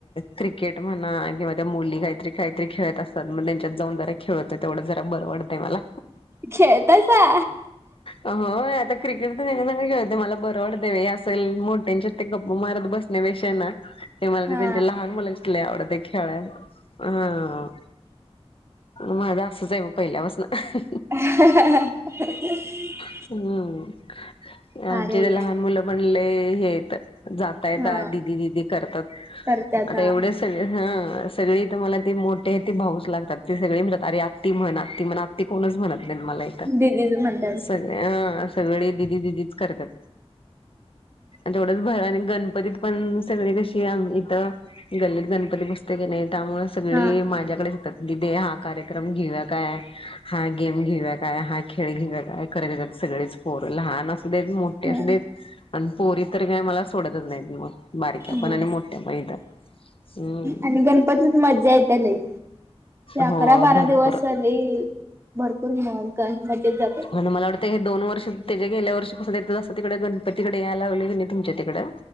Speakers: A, on the left (about 60°); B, on the right (about 25°).
A: क्रि केट म्हणा किंवा त्या मुली काहीतरी काहीतरी खेळत असतात मग त्यांच्यात जाऊन जरा खेळतोय तेवढं जरा बरं वाडतय मला.
B: खेळतासा
A: होय आता क्रिकेट तर ह्यांच्यासंग खेळते मला बरं वाटत हे असेल मोठ्यांच्या ते गप्प मारत बसते. नैवेशना ते मला ते
B: हा
A: त्यांचे लहान मुलं लई आवडत हाय खेळायला. हा माझं असच आहे म पहिल्यापासनं.
B: <inaudible>
A: हम्म
B: भारी
A: आमचे
B: आहे
A: ते
B: घ्या.
A: लहान मुलं पण लय हेत. जाता येता
B: हा
A: दिदी दिदी करतात
B: करत्यात
A: आता
B: हा
A: एवढेच सगळे हं सगळी तर मला ते मोठे ते भाऊस लागतात ती सगळी म्हणतात अरे आत्ती म्हण आत्ती म्हण आ ते कोणच म्हणत नाहीत मला एक
B: दिदीज म्हण
A: सगळे हा सगळे दिदी दिदीच करत्यात. तेवढंच भर आणि गणपतीत पण सगळी कशी आ इथं गल्लीक गणपती बसतय क नाही त्यामुळे सगळी
B: हा.
A: माझ्याकडेच येतात. दीदी हा कार्यक्रम घेऊया काय, हा गेम घेऊया काय, हा खेळ घेऊ काय खरे येतात सगळेच पोर लहान असू देत मोठे
B: हा
A: असू देत. आणि पोरी तर काय मला सोडतच नाहीत मग. बारक्या
B: हो
A: पण आणि मोठ्या पण इथं हम्म
B: आणि गणपतीच मज्जा येत्या लई. ते अकरा
A: हो
B: बारा
A: भरपूर
B: दिवस लई भरपूर मॉन्क मजेत जात
A: म्हणे मला वाटतं हे दोन वर्ष त्याच्या गेल्या वर्षी <unintelligible> तिकडे गणपतीकडे याय लावले क नी तुमच्या तिकडे.